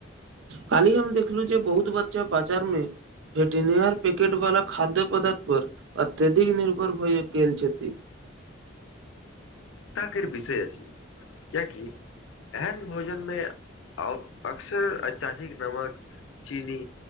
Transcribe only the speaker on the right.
काल्ही हम देखलु जे बहुत बच्चा बाजार में भेटनियर पैकेट वाला खाद्य पदार्थ पर अत्यधिक निर्भर भइ गेल छथि <inaudible>